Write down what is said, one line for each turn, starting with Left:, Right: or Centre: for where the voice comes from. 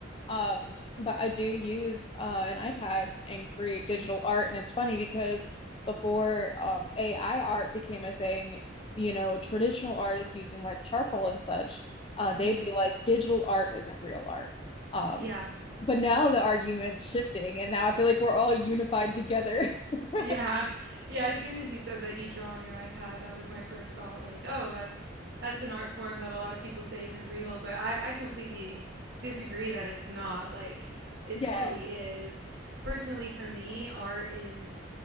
Left: Um, but I do use uh, an iPad and create digital art, and it's funny because before um, AI art became a thing, you know, traditional artists using like charcoal and such, uh, they'd
Right: Mm hmm.
Left: be like, digital art isn't real art. Um,
Right: Yeah.
Left: but now the argument's shifting, and now I feel like we're all unified together. <laughs>
Right: Yeah. Yeah, as soon as you said that you draw on your iPad, that was my first thought like, oh, that's that's an art form that a lot of people say isn't real, but I I completely disagree that it's not. Like, it
Left: Yeah.
Right: totally is. Personally, for me, art is.